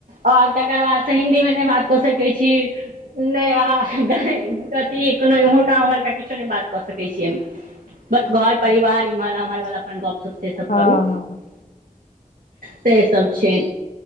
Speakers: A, on the right; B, on the left.
A: ओर तकर बादसँ हिन्दीमे नहि बात कऽ सकै छी नय आ गौ अथि कोनो इमहर का उमहर त किछ नहि बात कऽ सकै छी बस
B: अच्छा
A: घर परिवार इमहर उमहर वला गप से सब
B: हँ
A: करू
B: हँ
A: सेसब छनि